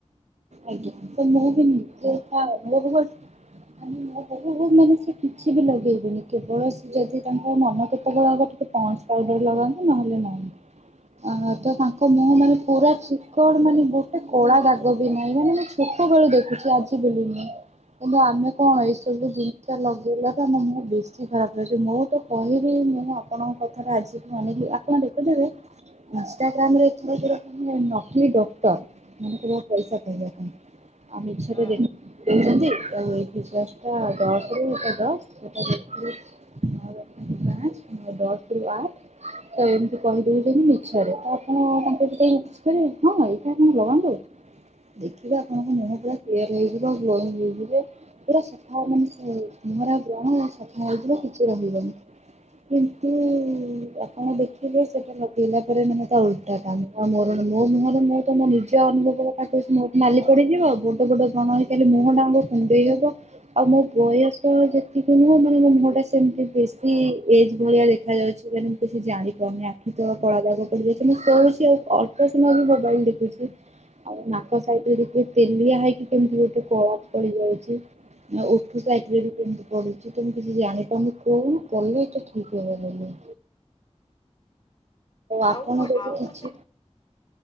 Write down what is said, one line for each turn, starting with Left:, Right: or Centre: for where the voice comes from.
Right: ଆଜ୍ଞା ତ ମୁଁ ବି ମୁ <inaudible> ମାନେ ହଉ ମାନେ ସେ କିଛି ବି ଲଗେଇବେନି କେବଳ ସେ ଯଦି ତାଙ୍କ ମନ କେତେବେଳ ହବ <inaudible> ପହସ ପାଉଡର ଲଗାନ୍ତୁ ନହଲେ ନାହାଁ। ଆ ତ ତାଙ୍କ ମୁହଁ ମାନେ ପୁରା ଚିକଡ ମାନେ ଗୋଟେ କଳା ଦାଗ। ଗ ବି ନାହିଁ ମାନେ ମୁଁ ଛୋଟବେଳୁ ଦେଖୁଛି ଆଜି ବୁଲିନି। କିନ୍ତୁ ଆମେ କଣ ଏଇସବୁ ଜିନିଷ ଲଗେଇଲା ତ ଆମ ମୁହଁ ବେଶୀ ଖରାପ ଲାଗୁଛି ମୋ ତ କହିବି ମୁଁ ଆପଣଙ୍କ କଥାରେ ଆଜିିକ ଅନେଇଲି ଆପଣ ଦେଖୁଦେବେ। ଇଷ୍ଟ ଇାଗ୍ରାମ ରେ କିଏ କିଏ ନକ୍ଲି ଡକ୍ଟର ମାନେ ପଇସା ପଇବା ପାଇଁ ଆମେଛରେ
Left: ହୁଁ।
Right: ଦେ ଦେଇ ଯେମିତି <unintelligible> ଦଶଟା ଦଶ ରଟା ଦଶଟଶ <unintelligible> ଦଶ ରରୁ ଆ <unintelligible> ତ ଏମିତି କହିଦଉଛନ୍ତି ମିଛରେ ତ ଆପଣ ତାଙ୍କୁ ଟିକେ ମିକସ କରିବ ହଁ ଏଇଟା ଆପଣ ଲଗାନ୍ତୁ। ଦେଖିବେ ଆପଣଙ୍କ ମୁହଁ ପୁରା ପ୍ଲାମ ହେଇଯିବ ଗ୍ଲେନ ହେଇଯିବ ପୁରା ସଫା ମାନେ <unintelligible> ମୁଁହରେ ବ୍ରଣ ଆଉ ସଫା ହେଇ ପୁରା କିଛି ରହିବନି କିନ୍ତୁ ଆପଣ ଦେଖିଲେ ସେଟା ଲଗେଇଲା ପରେ ମାନେ ତା ଓଲଟା ଟା। ଆଉ ମୋର ମୋ ମୁହରେ ମୁଁ ତମ ନିଜେ ଅନୁଭ ମୋ ପାଟିରୁ ସିନା ନାଲି ପଡିଯିବ ବଡ ବଡ <unintelligible> ହେଇଥିଲେ ମୁହଁ ଟାଙ୍କ କୁଣ୍ଡେଇ ହବ। ଆଉ ମୋ ବୟସ ଯେତିକି ନୁହଁ ମାନେ ମୋ ମୁହଁଟା ସେମିତି ବେଶୀ ଏଜ ଭଳିଆ ଦେଖାଯାଉଛି। କିଛି ଜାଣିପାରୁନି ଆଖି ତ କଳା ଦାଗ ପଡ଼ିଯାଇଛି ମୁଁ ଶୋଉଛି ଆଉ ଅଳ୍ପ ସମୟ ବି ମୋବାଇଲ ଦେଖୁଛି। ଆଉ ନାକ ସାଇଡରେ ଦେଖିବେ ତେଲିଆ ହେଇକି କେମିତି ଗୋଟେ କଳା ପଡି ଯାଇଚି। ଉଠୁ ସାଇଟରେ ବି କେମିତି ପଢୁଛି ତ ମୁଁ କିଛି ଜାଣିପାରୁନି କହୁନ କଲେ ଏଇଟା ଠିକ ହେବ ବୋଲି।
Left: ଆଉ
Right: ଆପଣ
Left: କ
Right: ଯଦି
Left: ଆଉ
Right: କିଛି
Left: ଗୋଟେ